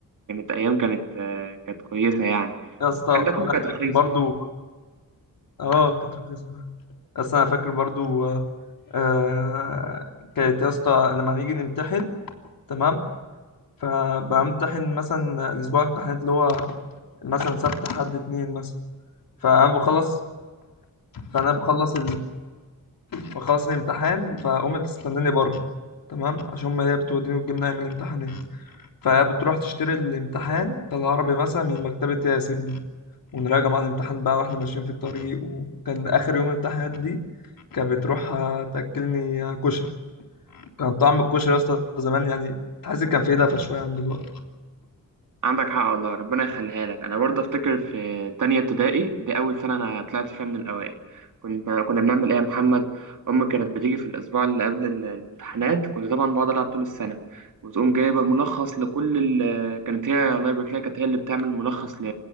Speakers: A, on the right; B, on the left.
A: كانت ايام كانت آه، كانت كويسة يعني
B: يا اسطى
A: وكان ده كله
B: وانا
A: كانت
B: فاكر
A: رخيصة
B: برضو اه كانت رخيصه فعلا. بس انا فاكر برضو آه آه، كانت يا اسطى لما نيجي نمتحن تمام فبمتحن مثلا الاسبوع الامتحانات اللي هو مثلا سبت حد اتنين مثلا فانا بخلص فانا بخلص فخلاص الامتحان فقامت بتستناني بره تمام عشان هما هي بتوديني وتجيبني ايام الامتحانات فهي بتروح تشتري الامتحان بتاع العربي مثلا من مكتبة ياسر دي ونراجع مع الامتحان بقى واحنا ماشيين في الطريق وكان اخر يوم الامتحانات دي كانت بتروح آه، تاكلني آه، كشري كان طعم الكشري يا اسطى زمان يعني تحس كان فيه دفى شويه عن دلوقتي
A: عندك حق والله ربنا يخليها لك انا برضه افتكر في تانية ابتدائي دي اول سنه انا طلعت فيها من الاوائل كنت كنا بنعمل ايه يا محمد امي كانت بتيجي في الاسبوع اللي قبل ال- الامتحانات كنت طبعا بقعد العب طول السنه وتقوم جايبه ملخص لكل ال... كانت هي الله يبارك لها كانت هي اللي بتعمل ملخص ل...